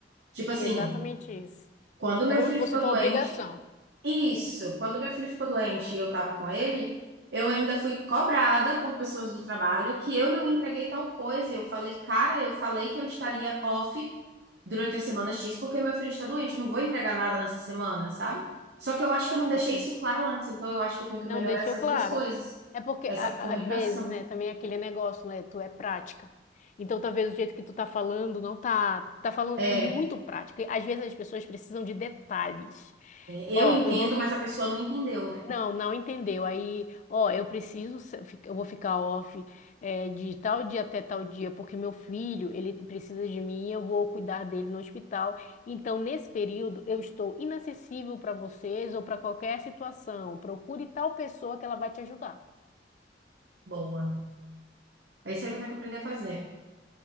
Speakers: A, on the right; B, on the left.
A: Tipo assim,
B: exatamente isso.
A: quando meu
B: É como
A: filho
B: se fosse
A: ficou
B: tua
A: doente,
B: obrigação.
A: isso, quando meu filho ficou doente e eu estava com ele, eu ainda fui cobrada por pessoas do trabalho que eu não entreguei tal coisa. E Eu falei, cara, eu falei que eu estaria off durante a semana X porque meu filho está doente, eu não vou entregar nada nessa semana, sabe? Só que eu acho que eu não deixei
B: Assim,
A: isso claro antes, então eu acho que eu tenho que
B: não
A: melhorar
B: deixou
A: essas
B: claro.
A: duas coisas,
B: É porque,
A: essa
B: a-
A: comunicação.
B: a- às vezes, né, também é aquele negócio, né, tu é prática. Então, talvez o jeito que tu tá falando não tá, tá falando
A: É,
B: muito
A: é,
B: prático. E, Às vezes as pessoas precisam de detalhes.
A: eu
B: Ó,
A: entendo,
B: eu vou
A: mas a pessoa não entendeu, né?
B: Não, não entendeu. Aí, ó, eu preciso, se- fi- eu vou ficar off, eh, de tal dia até tal dia, porque meu filho, ele precisa de mim, eu vou cuidar dele no hospital. Então, nesse período, eu estou inacessível para vocês ou para qualquer situação. Procure tal pessoa que ela vai te ajudar.
A: Boa. É isso aí que eu tenho que aprender a fazer.